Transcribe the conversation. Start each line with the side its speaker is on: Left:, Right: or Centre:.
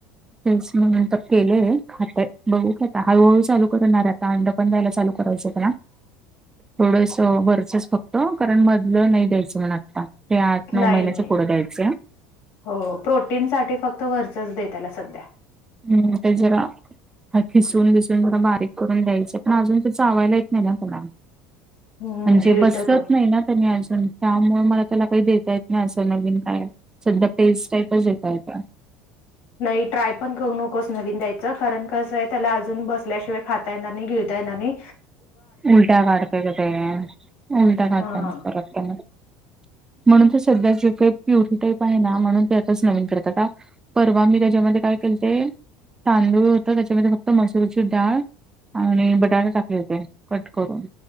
Right: तेच म्हणून तर केलेय खातय बघू खात हळूहळू चालू करणार. कांड पण दयला चालू करायचकला.
Left: <inaudible> <unintelligible>
Right: थोडस वरचच फक्त कारण मधलं नाही द्यायचं म्हण. ते आठ नऊ
Left: नाही
Right: महिन्याच
Left: नाही
Right: पुढं द्यायचें.
Left: हो प्रोटीन साठी फक्त वरचच द त्याला सध्या.
Right: हम्म तेजरा हा खिसून घिसून रं बारीक करून द्यायचं पण अजून त चावायला येत नाही ना तला.
Left: हम्म
Right: म्हणजे
Left: गिळत
Right: बसत
Left: तो
Right: नाही ना. असून त्यामुळे मला त्याला काही देता येत नाही असं नवीन काय. सध्या पेस्ट टाईपच येतय का.
Left: नाही ट्राय पण करू नकोस नवीन द्यायचं कारण कसं आहे त्याला अजून बसल्याशिवाय खाता आहेना नाही गिळता आहेनानी
Right: उलटा काढते का ते उलटा काढता
Left: हा
Right: मग परत मग. म्हणून ते सध्या जे काही प्युरीी टाईप आहे ना म्हणून ते आताच नवीन करतात. परवा मी त्याच्यामध्ये काय केलते तांदूळ होत त्याच्यामध्ये फक्त मसूरची डाळ आणि बटाटा टाकले होते. कट करून